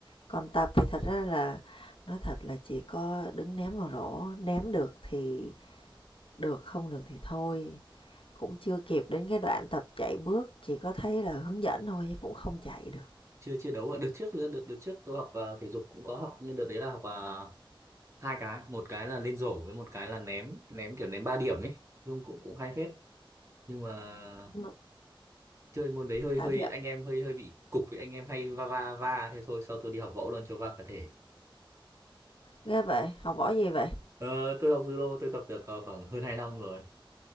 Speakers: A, on the left; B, on the right.
A: Còn tập thì thật ra là nói thật là chỉ có đứng ném vào rổ, ném được thì được không được thì thôi cũng chưa kịp đến cái đoạn tập chạy bước chỉ có thấy là hướng dẫn thôi chứ cũng không chạy được
B: chưa chưa đấu ạ. Đợt trước đợt đợt trước tôi học à, thể dục cũng có học nhưng đợt đấy là học à, hai cái, một cái là lên rổ với một cái là ném ném kiểu ném 3 điểm ấy. Nhưng cũng cũng hay phết. Nhưng mà
A: mà
B: chơi môn đấy hơi
A: tại
B: hơi
A: vì
B: anh em hơi hơi bị cục với anh em hay va va va thế thôi sau tôi đi học võ luôn cho va cả thể
A: ghê vậy học võ gì vậy
B: ờ, tôi học judo tôi tập được ờ, khoảng hơn 2 năm rồi